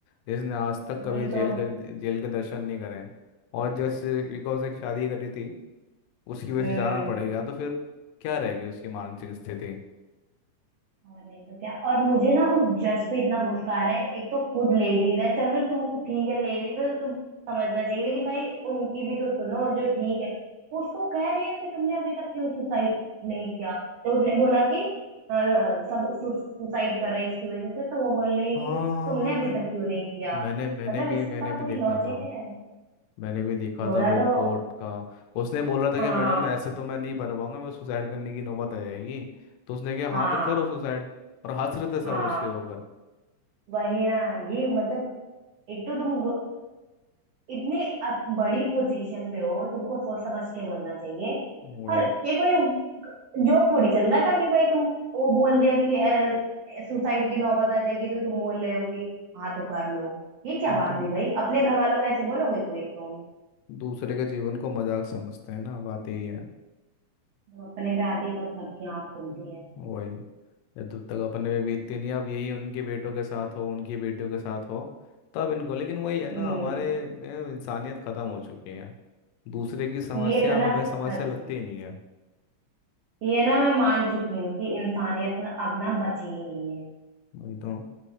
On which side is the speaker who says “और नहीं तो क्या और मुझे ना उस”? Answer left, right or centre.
Right